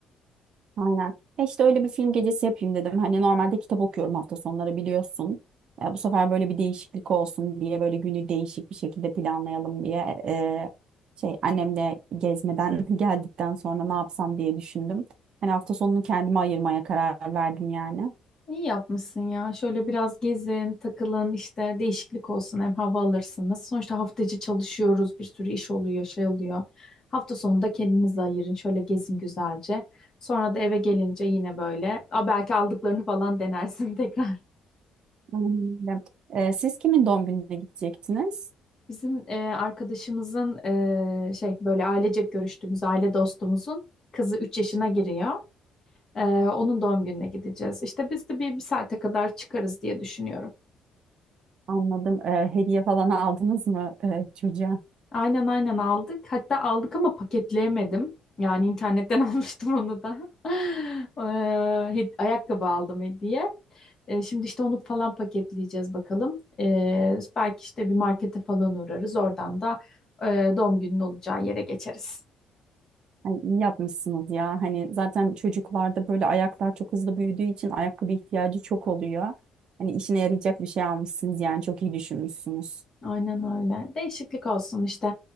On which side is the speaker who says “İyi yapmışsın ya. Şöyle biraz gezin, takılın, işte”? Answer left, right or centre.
Left